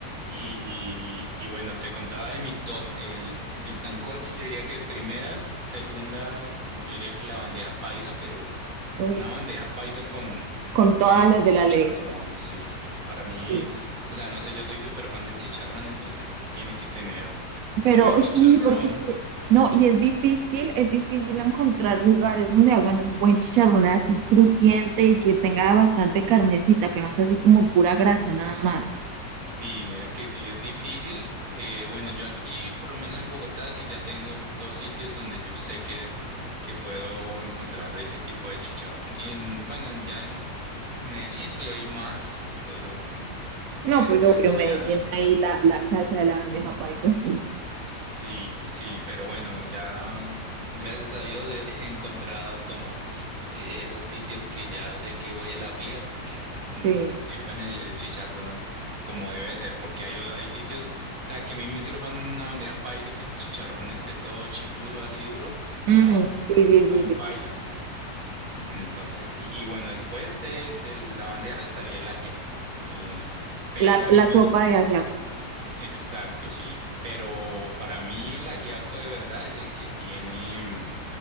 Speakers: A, on the right (about 50°); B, on the right (about 65°).
A: Y, y, y bueno, te contaba de mi top. El, el sancocho, yo diría que primeras, segunda, yo diría que la bandeja paisa, pero
B: Mm,
A: una bandeja paisa con un
B: con todas
A: buen
B: las de
A: chicharrón,
B: la ley.
A: sí. Y para mí,
B: sí.
A: o sea, no sé, yo soy súper fan del chicharrón, entonces tiene que tener buen
B: Pero eh,
A: chicharrón.
B: sí, porque que- no, y es difícil, es difícil encontrar lugares donde hagan un buen chicharrón así crujiente y que tenga bastante carnecita, que no sea así como pura grasa nada más.
A: Sí, mira que sí, es difícil. Eh, bueno, yo aquí, por lo menos en Bogotá, sí ya tengo dos sitios donde yo sé que, que puedo encontrar ese tipo de chicharrón. Y en- bueno, en- ya en Medellín sí hay más, pero, mm,
B: No,
A: pero
B: pues
A: bueno,
B: obvio me
A: yo ya.
B: llena ahí la, la casa de la bandeja paisa.
A: Sí, sí, pero bueno, ya gracias a Dios he <laughs> he encontrado como eh, esos sitios que ya sé que voy a la fija porque mm,
B: Sí.
A: sirven el, el chicharrón como debe ser, porque hay, o- hay sitios, o sea, que a mí me sirvan una bandeja paisa y que el chicharrón esté todo chicludo, así duro,
B: Mm,
A: no,
B: sí, sí,
A: no
B: sí, sí.
A: baila,
B: sí.
A: no. Entonces sí, y bueno, después de, de la bandeja estaría el ajiaco, eh, pero
B: La,
A: a mí
B: la
A: me,
B: sopa de ajiaco.
A: Exacto, sí. Pero para mí el ajiaco de verdad es el que tiene, mm,